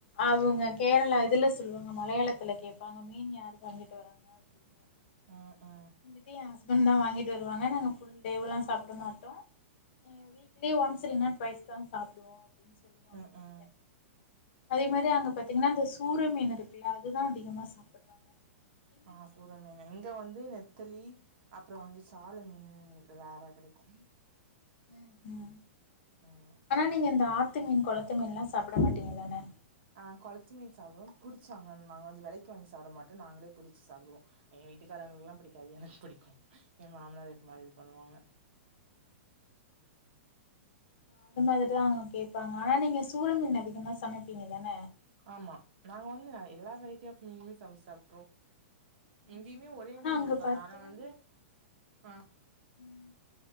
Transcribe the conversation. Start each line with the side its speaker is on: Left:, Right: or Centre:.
Left: அவுங்க கேரளா இதுல சொல்லுவாங்க மலையாளத் துல கேப்பாங்க மீன் யாரு வாங்கிட்டு வராங்க அப்டின்னு
Right: ஆ அ
Left: வந்து எ ஹஸ்பண்ட் தா வாங்கிட்டு வருவாங்க நாங்க ஃபுல் டேவுலா சாப்ட மாட்டோ நாங்க வீக்லி ஒன்ஸ் இல்லன்னா டொவைஸ் தாங்க சாப்டுவோ அப்டினு சொல்வா
Right: ம்,
Left: அவுங்ககிட்ட
Right: ம்.
Left: அதே மாரி அங்க பாத்தீங்கன்னா இந்த சூர மீன் இருக்குல்ல அதுதா அதிகமா சாப்படுறாங்
Right: ஆ சூர மீன்னு இங்க வந்து தளி அப்பறோ வந்து சலா மீன் ரேரா கடைக்கு
Left: ம் ம்
Right: ம்
Left: ஆனா நீங்க இந்த ஆத்து மீன் கொளத்து மீன்ல்லா சாப்பட மாட்டீங்க தான
Right: ஆ கொளத்து மீன் சாப்டுவோ புடிச்சாங்கனா நாங்க வெலைக்கு வாங்கி சாப்ட மாட்டோ நாங்களே பிடிச்சு சாப்டுவோ எங்க வீட்டுக்காரங்களுக்குல்லா பிடிக்காது எனக்கு பிடிக்கு என் மாமனார் ஏத்த மாரி இது பண்ணுவாங்க
Left: அது மாரி தா அவுங்க கேப்பாங்க ஆனா நீங்க சூர மீன் அதிகமா சமைப்பீங்க தான
Right: ஆமா நாங்க வந்து எல்லா
Left: ம்ஹும்
Right: வெரைட்டி ஆஃப் மீன்னுமே சமைச்சு சாப்ட்டுருவோ இங்கியுமே
Left: ம்ஹும்
Right: ஒரே
Left: ஆனா
Right: மீன்
Left: அங்க
Right: இருக்காது
Left: பாத்தீங்கன்னா
Right: ஆனா வந்து ஆ
Left: ம்